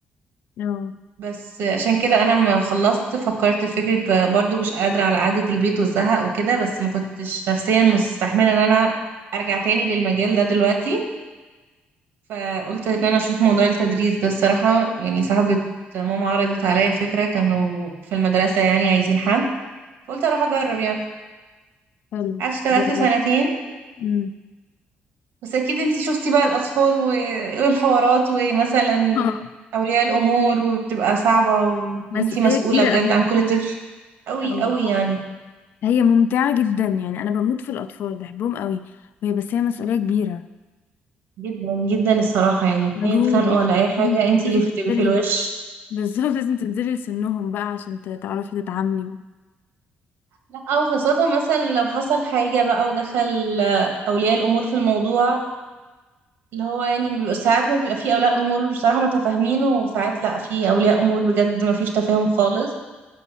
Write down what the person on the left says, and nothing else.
<laughs> اه
حلو
جميل.
مم.
<laughs> آه،
مسؤولية
كبيرة
أوي
أوي.
هي ممتعة جدا يعني أنا بموت في الأطفال بحبهم قوي وهي بس هي مسؤولية كبيرة
مجهود
لازم
تبذلي
مجهود،
لازم
تبذلي
<laughs> بالظبط لازم تنزلي لسنهم بقى عشان ت- تعرفي تتعاملي